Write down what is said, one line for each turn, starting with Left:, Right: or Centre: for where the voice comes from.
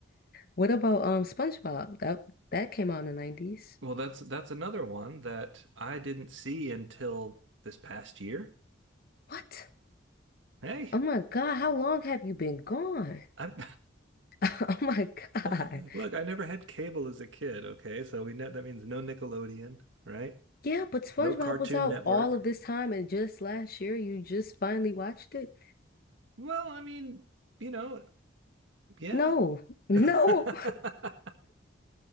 Left: What about um SpongeBob? That that came out in the 90s.
Right: Well, that's that's another one that I didn't see until this past year.
Left: What?
Right: Hey,
Left: Oh my God, how long have you been gone? <laughs>
Right: I
Left: Oh my God.
Right: <laughs> look, I never had cable as a kid, okay? So we know that means no Nickelodeon, right?
Left: Yeah, but SpongeBob
Right: No Cartoon
Left: was out
Right: Network.
Left: all of this time and just last year you just finally watched it?
Right: Well, I mean, you know, yeah.
Left: No. <laughs> No.
Right: <laughs>